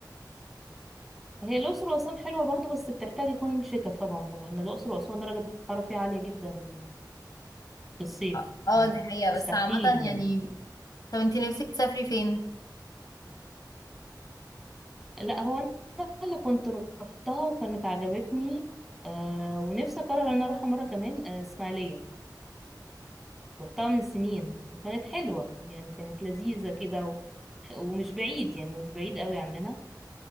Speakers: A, in the centre; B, on the left.
A: هي الأقصر وأسوان حلوة برضو بس بتحتاج يكون شتاء طبعا لأن الأقصر وأسوان درجة الحرارة فيها عالية جدا في الصيف
B: اه آه، دي حقيقة بس
A: مستحيل
B: عامة
A: يعني
B: يعني طب انتي نفسك تسافري فين؟
A: لا هو أنا اللي كنت روحتها وكانت عجبتني آه ونفسي أقرر إن أنا أروحها مرة كمان آه إسماعيلية رحتها من سنين وكانت حلوة يعني كانت لذيذة كده و... ومش بعيد يعني مش بعيد قوي عننا